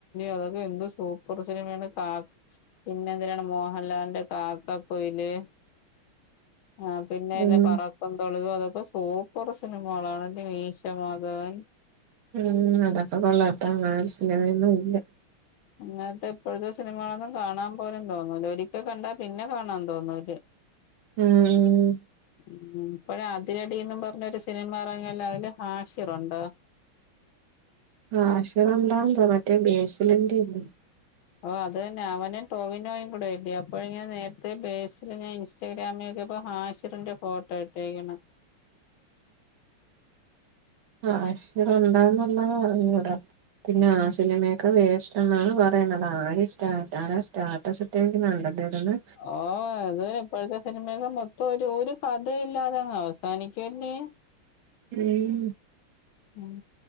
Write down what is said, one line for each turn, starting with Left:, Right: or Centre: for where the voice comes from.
Left: അതൊക്കെ എന്തോ സൂപ്പർ സിനിമയാണ് കാ പിന്നെ എന്തിനാണ് മോഹലാലിന്റെ കാക്കക്കുയില് അത് പിന്നെ എല്ല
Right: ഉം
Left: പറക്കും തളിക അതൊക്കെ സൂപ്പർ സിനിമകളാണ്ന്റെ മീശ മാധവൻ
Right: ഉം അതൊക്കെ കൊള്ളാം ഇപ്പന്നാല് സിനിമയൊന്നുല്ല
Left: അങ്ങനത്തെ ഇപ്പോഴത്തെ സിനിമകളൊന്നും കാണാൻ പോലും തോന്നൂല ഒരിക്കൽ കണ്ടാ പിന്നെ കാണാൻ തോന്നൂല
Right: ആഹ്
Left: ഉം ഇപ്പോഴ് അതിരടിന്ന് പറഞ്ഞൊരു സിനിമ എറങ്ങിയല്ലോ അതില് ഹാഷിറുണ്ടോ
Right: ആഹ് ഹാഷിറുണ്ടാന്തോ മറ്റേ ബേസിലിന്റെ അല്ലെ
Left: ഓഹ് അത് തന്നെ അവനും ടോവിനോയും കൂടെ അല്ലേ അപ്പോഴ് ഞാൻ നേരത്തെ ബേസിലിനെ ഇൻസ് സ്റ്റാഗ്രാമില് നോക്കിയപ്പോ ഹാഷിറിന്റെ ഫോട്ടോ ഇട്ടേക്ക്ണ്
Right: ആഹ് ഹാഷിറിണ്ടോന്നുള്ളെ അറിഞ്ഞൂടാ പിന്നെ ആ സിനിമയൊക്കെ വേസ്റ്റെന്നാണ് പറയ്ണത് ആരും സ്റ്റാ ധാരാളം സ്റ്റാ അസറ്റേക്ക്ന്ന കണ്ടോ അദ്ദേഹത്തിന്റെ
Left: ഓഹ് അത് ഇപ്പോഴത്തെ സിനിമയൊക്കെ മൊത്തം ഒരു ഒരു കഥയില്ലാതെങ്ങ് അവസാനിക്കുവല്ലേ
Right: ഉം
Left: ഉം